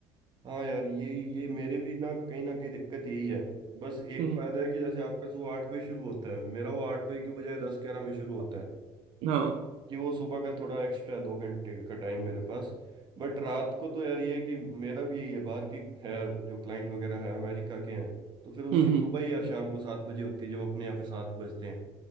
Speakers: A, on the right (about 45°); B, on the right (about 70°).
A: हाँ यार यही ये मेरे भी ना कहीं ना कहीं दिक्कत यही है बस एक
B: हम्म
A: फायदा है कि जैसे आपका सुबह आठ बजे शुरू होता है मेरा वो आठ बजे की बजाय दस ग्यारह बजे शुरू होता है
B: हाँ
A: कि वो सुबह का थोड़ा एक्स्ट्रा दो घंटे का टाइम मेरे पास बट रात को तो यार ये है कि मेरा भी यही है बाहर की है जो क्लाइंट वगैरह है अमेरिका के हैं तो फिर उनकी
B: हम्म हम्म
A: सुबह ही यार शाम को सात बजे होती है जो अपने यहाँ पे सात बजते हैं